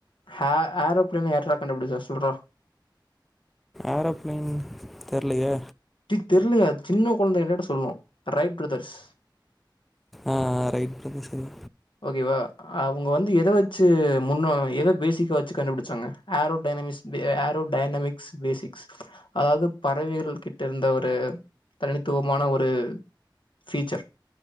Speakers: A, on the left (about 80°); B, in the centre.
A: ஹா ஆரோ பிளேன்னு யாரா கண்டுபுடிச்சா சொல்றா
B: ஆரோப்ளைன் தெர்லயே
A: டே தெர்லயா சின்ன கொழந்தைய கேட்டா கூட சொல்லு ரைட் பிரதர்ஸ்
B: அ ஆ ரைட் இது.
A: ஓகேவா அவுங்க வந்து எத வச்சி முன்ன எத பேசிக் எத வச்சு கண்டுபுடிச்சாங்க ஆரோ டைனமிஸ் வெ எ ஆரோ டைனமிக்ஸ் பேசிக்ஸ் அதாவது பறவைகள் கிட் ட இருந்த ஒரு தனித்துவமான ஒரு ஃபீச்சர்